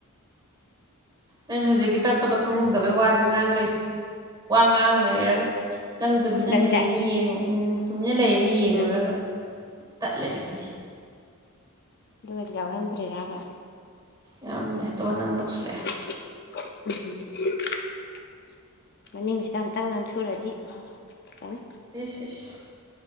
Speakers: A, on the right; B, on the left.
A: ꯑꯩꯅ ꯍꯧꯖꯤꯛꯀꯤ ꯇꯠꯄꯗꯣ ꯈꯪꯍꯧꯗꯕꯩ ꯋꯥꯁꯦ ꯉꯥꯡ ꯉꯥꯡꯂꯩꯔꯒ ꯅꯪ ꯇꯨꯃꯤꯟꯅ
B: ꯅꯪꯖꯦ
A: ꯂꯩꯌꯦꯅ ꯌꯦꯡꯉꯣ ꯎꯝ ꯇꯨꯃꯤꯟꯅ ꯂꯩꯌꯦꯅ ꯌꯦꯡꯉꯨꯔꯒ
B: ꯎꯝ
A: ꯇꯥꯠ ꯂꯩꯔꯝꯃꯦ
B: ꯨꯗꯨꯒ ꯌꯥꯎꯔꯝꯗ꯭ꯔꯤꯔꯕ
A: ꯌꯥꯝꯗꯦ ꯑꯗꯨꯒ ꯅꯪ ꯇꯧꯁꯤꯜꯂꯛꯑꯦ
B: ꯎꯝ <inaudible> ꯃꯅꯤꯡꯁꯤꯗ ꯑꯝꯇꯪ ꯅꯟꯊꯨꯔꯗꯤ ꯐꯅꯤ
A: ꯏꯁ